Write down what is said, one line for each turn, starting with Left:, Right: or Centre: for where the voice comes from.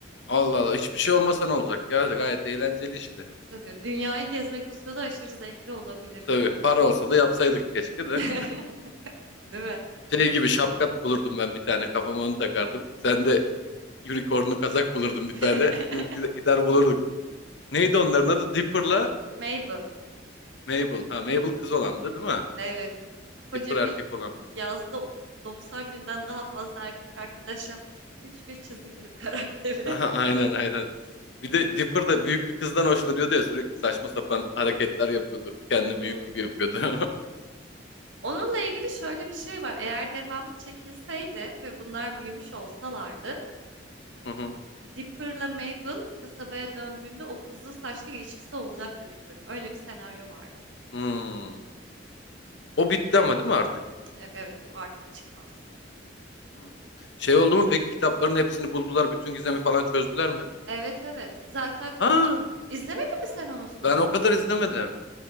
Left: Allah Allah hiçbir şey olmasa ne olacak ya gayet eğlenceli işte.
Right: Tabii dünyayı gezmek o sırada aşırı zevkli olabilir.
Left: Tabii para olsa da yapsaydık keşke
Right: <laughs>
Left: de.
Right: Değil mi?
Left: Şey gibi şapkat bulurdum ben bir tane kafama onu takardım. Sen de unicornlu kazak bulurdun bir
Right: <laughs>
Left: tane. İkimiz gide- gider bulurduk. Neydi onların adı? Dipper'la
Right: Mabel.
Left: Mabel. Ha Mabel kız olandı değil mi?
Right: Evet. Koca
Left: Dipper erkek
Right: bir
Left: olandı.
Right: yazda 90 günden daha fazla erkek arkadaş yapmış bütün bir çizgi film karakteri.
Left: <laughs> Aha,
Right: <laughs>
Left: Aynen aynen. Bir de Dipper da büyük bir kızdan hoşlanıyordu ya sürekli saçma sapan hareketler yapıyordu. Kendini
Right: Hmm.
Left: büyük gibi yapıyordu.
Right: Onunla ilgili şöyle bir şey var. Eğer devamı çekilseydi ve bunlar büyümüş olsalardı,
Left: <laughs> Hı hı.
Right: Dipper'la Mabel kasabaya döndüğünde o kızıl saçlı ilişkisi olacaktı Dipper'ın. Öyle bir senaryo vardı.
Left: Hmm. O bitti ama değil mi artık?
Right: Yok, evet o artık çıkmaz.
Left: Hmm. Şey oldu mu peki kitapların hepsini buldular bütün gizemi falan çözdüler mi?
Right: Evet evet. Zaten
Left: Ha
Right: o sa- izlemedin mi sen onun sonunu?
Left: Ben o kadar izlemedim.